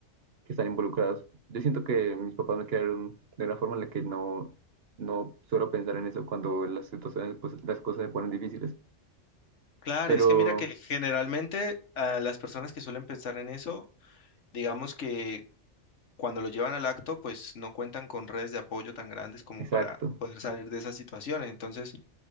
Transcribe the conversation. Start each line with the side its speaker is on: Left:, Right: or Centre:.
Right: que están involucrados. Yo siento que mis papás me crearon de una forma en la que no, no suelo pensar en eso cuando las situaciones, pues las cosas se ponen difíciles.
Left: Claro,
Right: Pero,
Left: es que mira que generalmente ah, las personas que suelen pensar en eso Digamos que cuando lo llevan al acto, pues no cuentan con redes de apoyo tan grandes como
Right: exacto.
Left: para poder salir de esas situaciones. Entonces,